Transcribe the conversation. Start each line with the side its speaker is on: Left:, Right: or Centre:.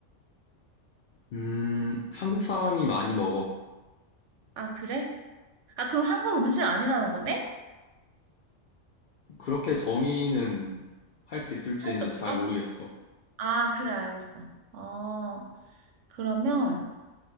Left: 음, 한국 사람이 많이 먹어.
Right: 아, 그래? 아, 그럼 한국 음식 아니라는 거네?
Left: 그렇게 정의는 할 수 있을지는
Right: 할 수 없어?
Left: 잘 모르겠어.
Right: 아, 그래, 알겠어. 어, 그러면